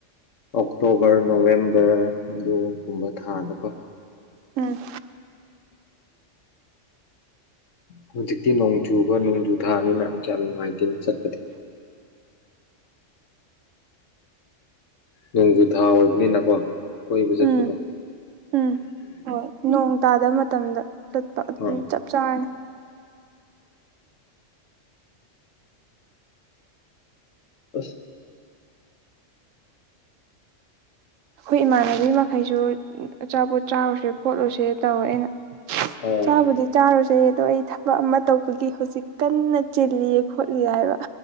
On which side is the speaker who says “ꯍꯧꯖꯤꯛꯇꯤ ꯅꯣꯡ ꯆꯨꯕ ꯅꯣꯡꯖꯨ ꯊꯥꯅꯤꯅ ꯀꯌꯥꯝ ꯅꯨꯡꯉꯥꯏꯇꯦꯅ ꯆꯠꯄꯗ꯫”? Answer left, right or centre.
Left